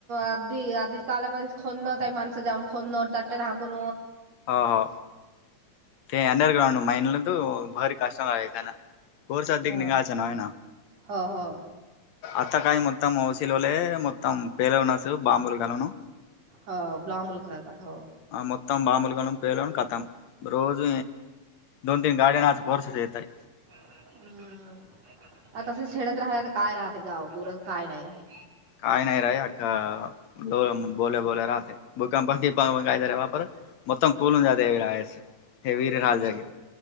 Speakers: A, on the right; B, on the left.
A: आधी आधी कालामध्ये खोननंही माणसं जाऊन खोन तट्याकून
B: हो हो ते अंडरग्राउंड महिनला तू भारी काष्ट का ना. होर सद
A: हो
B: निघाच नाय ना.
A: हो हो
B: आता काही मतम हौसिलवाले मतम पेलव नस बांबूल घालवून
A: हो बलाबल <unintelligible> घरात हो
B: मतम बामल काडम पेलेण काथम रोज दोन तीन गाड्यानं कोर्सच येताय
A: हम्म आता तस खेड्यात राह तर काय राहत गाव पूरण काय नाही राहलः
B: काय नाही र अख्खं बोले बोले राहते भुकंप दीप कायत रे वापर मतम कोलून जाात हेवी राहा आहेस हेवीर राहाल
A: हम्म
B: जागे